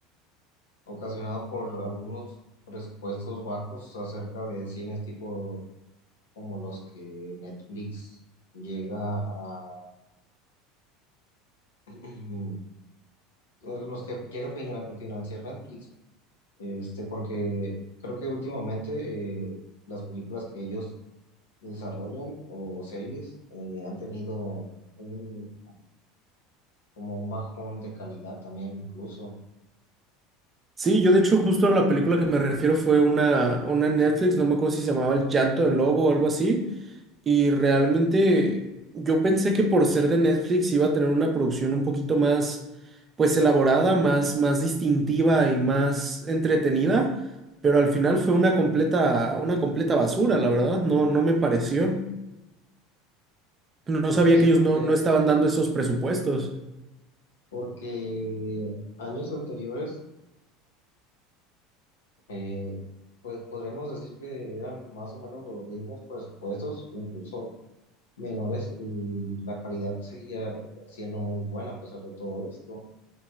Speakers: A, on the left (about 80°); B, on the right (about 30°).
A: ocasionado por algunos presupuestos bajos acerca de cines tipo como los que Netflix llega a, <clears throat> los que llega a fina- a financiar Netflix, este, porque creo que últimamente eh, las películas que ellos desarrollan o series eh, han tenido un, como un bajón de calidad también incluso.
B: Sí, yo de hecho justo a la película que me refiero fue una, una Netflix, no me acuerdo si se llamaba El Llanto del Lobo o algo así Y realmente yo pensé que por ser de Netflix iba a tener una producción un poquito más, pues elaborada, más, más distintiva y más entretenida, pero al final fue una completa, una completa basura, la verdad, no, no me pareció. No
A: Y
B: sabía
A: Pues
B: que
A: sí,
B: ellos
A: porque,
B: no, no estaban dando esos presupuestos.
A: porque años anteriores, eh, pues podríamos decir que eran más o menos los mismos presupuestos, incluso menores y la calidad seguía siendo muy buena a pesar de todo esto.